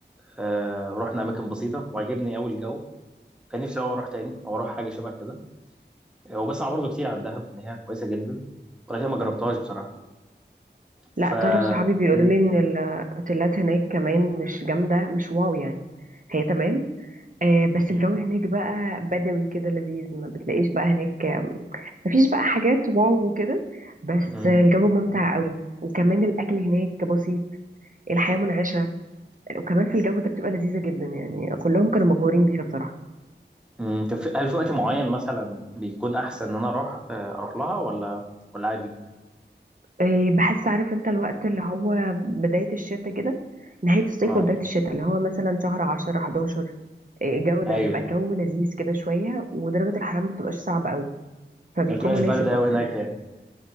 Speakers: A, in the centre; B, on the right.
A: آه، رحنا اماكن بسيطه وعجبني قوي الجو كان نفسي أوي اروح تاني او اروح حاجه شبه كده آه، وبسمع برضو كتير عن دهب ان هي كويسه جدا ولكن ما جربتهاش بصراحه
B: لا
A: ف
B: تعرف صحابي بيقولوا
A: مم.
B: لي ان الاوتيلات هناك كمان مش جامدة مش واو يعني هي تمام آه، بس الجو هناك بقى بدوي كده لذيذ ما بتلاقيش بقى هناك مفيش بقى حاجات واو وكده بس
A: مم.
B: الجو ممتع قوي وكمان الاكل هناك بسيط الحياه منعشه وكمان في الجو ده بتبقى لذيذه جدا يعني كلهم كانوا مبهورين بيها بصراحه
A: مم، طب في- هل في وقت معين مثلا بيكون احسن ان انا اروح آه، اروح لها ولا ولا عادي
B: إيه، بحس عارف انت الوقت اللي هو بدايه الشتاء كده نهايه الصيف
A: اه
B: وبدايه الشتاء اللي هو مثلا شهر 10 11 إيه، الجو ده
A: ايوه
B: بيبقى الجو لذيذ كده شويه ودرجه الحراره ما بتبقاش صعبه قوي فبيكون
A: ما بتبقاش بارده
B: مناسب اكتر
A: قوي هناك يعني